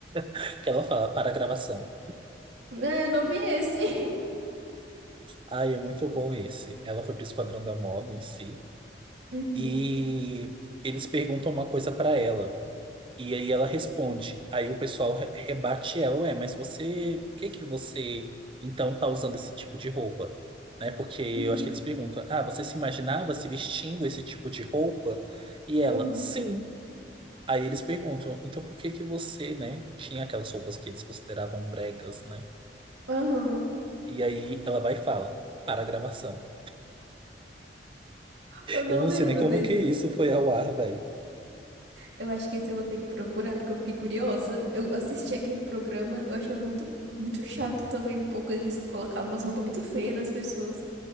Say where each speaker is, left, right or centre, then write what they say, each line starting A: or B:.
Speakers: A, on the right (about 30°); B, on the right (about 80°).
A: <laughs> que ela fala para a gravação.
B: Ah, eu não vi esse. <laughs>
A: Ai, é muito bom esse. Ela foi pro Esquadrão da Moda em si
B: Uhum,
A: e eles perguntam uma coisa pra ela. E aí ela responde. Aí o pessoal re- rebate ela, ué, mas você, por que que você então tá usando esse tipo de roupa? Né? Porque eu
B: uhum,
A: acho que eles perguntam: "Ah, você se imaginava se vestindo esse tipo de roupa?" E ela:
B: uhum.
A: "Sim." Aí eles perguntam: "Então por que que você, né, tinha aquelas roupas que eles consideravam bregas, né?"
B: Aham.
A: E aí ela vai e fala: "Para a gravação."
B: Eu não
A: Eu não
B: lembro
A: sei nem como
B: desse.
A: que isso foi ao ar, velho.
B: Eu acho que esse eu vou ter que procurar, porque eu fiquei curiosa. Eu assisti aquele programa, eu achava muito, muito chato também um pouco. Eles colocavam umas roupas muito feias nas pessoas.